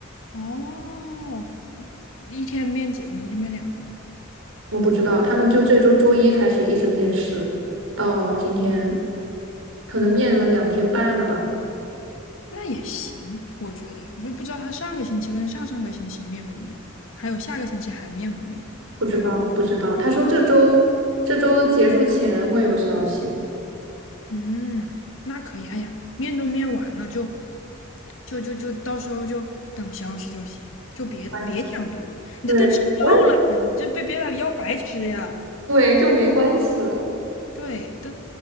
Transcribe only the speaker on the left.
哦，一天面几个面，一天面两个嘛。
那也行，我觉得，我就不知道他上个星期跟上上个星期面没面，还有下个星期还面不面。
嗯，那可以。哎呀，面都面完了，就就就就到时候就等消息就行，就别别想多了。
你这都吃药了，
你这别别把药白吃呀。
对，都